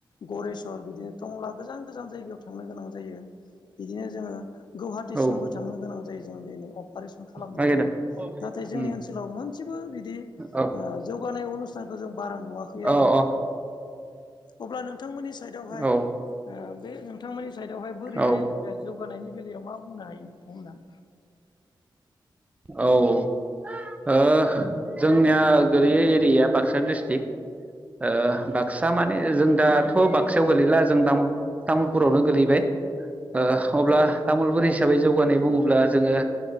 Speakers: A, on the left; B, on the right.
A: गेरेछर बिदिनो तंला गोजान गोजान जायगायाव थांनो गोनां जायो बिदिनो जोङो गुवाहाटिसिमबो
B: औ
A: थांनो गोनां जायो जों दिनै अ अपारेसन खालामनोब्ला
B: नागिरदों
A: नाथाय
B: उम
A: जोंनि ओनसोलाव मोनसेबो बिदि
B: औ
A: ओ जौगानाय अनुस्थान खौ जों बारा नुवाखै
B: औ
A: आरो
B: अ
A: अब्ला नों थांमोननि साइडआवहाय
B: औ
A: बे नोंथांमोननि साइडआवहाय बोरैहाय
B: औ
A: जौगानायनि बेलायाव मा बुंनो हायो नोंथांमोना
B: औ ओ जोंनिया गलैयो एरियाया बाक्सा डिस्ट्रिक्ट बाक्सा माने जों दाथ'
A: औ
B: बाक्सायाव गोलैला जों तामुलपुरावनो गोलैबाय ओ अब्ला
A: औ
B: तामुलपुर हिसाबै जौगानाय बुङोब्ला जोंङो